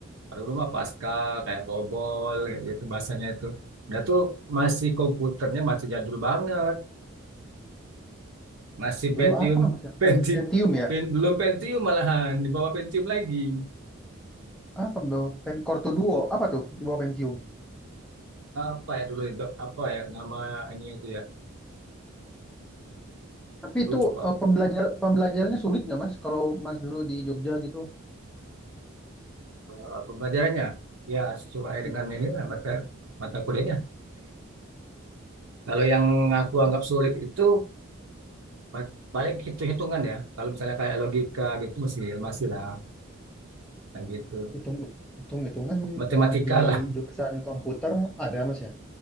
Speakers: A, on the right (about 80°); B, in the centre.
A: Kalau dulu mah Pascal kayak COBOL kayak gitu bahasanya itu. Dan tuh masih komputernya masih jadul banget. Masih Pentium,
B: Dulu apa Mas?
A: <laughs>
B: ya?
A: Penti,
B: Pen- Pentium ya?
A: Pen- belum Pentium malahan di bawah Pentium lagi.
B: Apa? Bawah- Pen Core Duo. Apa tuh di bawah Pentium?
A: Apa ya dulu itu? Apa ya nama ini itu ya?
B: Tapi
A: Lupa.
B: itu eh, pembelajar pembelajarannya sulit nggak Mas? Kalau Mas dulu di Jogja gitu.
A: Eh, pembelajarannya ya sesuai
B: Iya,
A: dengan ini lah, mata mata kuliahnya Kalau yang aku
B: dulu
A: anggap sulit itu pa- paling hitung-hitungan ya. Kalau misalnya kayak logika gitu masih masih lah kayak gitu.
B: hitung hitung-hitungan
A: Matematika
B: eh, di
A: lah,
B: jurusan komputer ada mas ya?